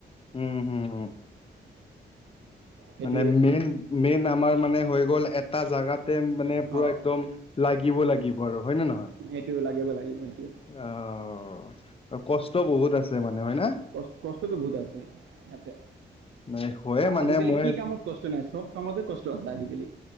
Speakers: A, on the left; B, on the right.
A: উম, হম, উম।
B: সেইটোৱে
A: মানে মেইন মেইন আমাৰ মানে হৈ গ'ল এটা জেগাত। মানে পুৰা
B: অঁ
A: একদম লাগিব লাগিব আৰু হয় নে নহয়?
B: সেইটোৱে লাগিব লাগিব সেইটোৱে
A: অ, কষ্ট বহুত আছে মানে। হয় না
B: ক কষ্টটো বহুত আছে ইয়াতে
A: নাই হয়ে মানে
B: আজিকালি
A: মই
B: কি কামত কষ্ট নাই সব কামতে কষ্ট আছে আজিকালি।